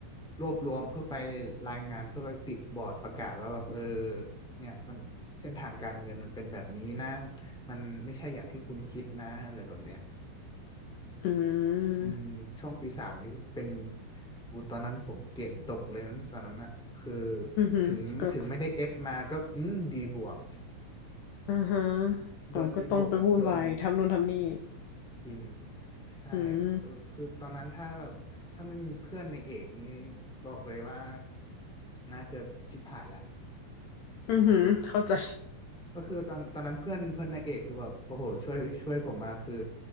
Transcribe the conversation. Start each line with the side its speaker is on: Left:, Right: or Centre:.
Centre: รวบรวมเพื่อไปรายงานเพื่อไปติดบอร์ดประกาศว่าแบบเออเนี่ยมัน เส้นทางการเงินมันเป็นแบบนี้นะมันไม่ใช่อย่างที่คุณคิดนะอะไรแบบเนี้ย
Left: อืม
Centre: อืมช่วงปีสามนี่เป็นอูตอนนั้นผมเกรดตกเลยนั้นตอนนั้นอะคือ
Left: อือหือก็
Centre: ถึงถึงไม่ได้เอฟมาก็อืมดีบวก
Left: อ่าฮะ
Centre: โดนดีบวกมาตัวหนึ่ง
Left: อ๋อก็ต้องไปวุ่นวายทำนู่นทำนี่
Centre: จริงใช่เออคือตอนนั้นถ้าแบบถ้าไม่มีเพื่อนในเอกนี้
Left: อืม
Centre: บอกเลยว่าน่าจะชิบหายละ
Left: อือหือเข้าใจ
Centre: ก็คือตอนตอนนั้นเพื่อนเพื่อนนางเอกคือแบบโอ้โหช่วยช่วยผมมาคือ